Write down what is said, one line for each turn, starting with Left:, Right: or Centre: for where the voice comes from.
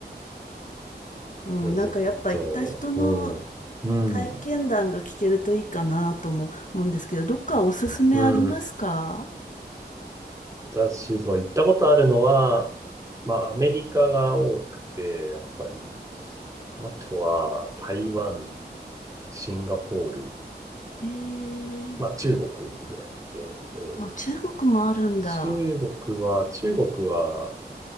Right: <laughs>
Left: うん、
Right: エジプト。
Left: なんかやっぱ行った人の
Right: うん。うん。
Left: 体験談が聞けるといいかなとも思うんですけど、どっかおすすめありますか
Right: うん。私、そう、行ったことあるのは、まあ、アメリカが多くて、やっぱり。あとは、台湾、シンガポール、
Left: へえ、
Right: まあ、中国ぐらいで、えー
Left: あ、中国もあるんだ。
Right: 中国は、中国は、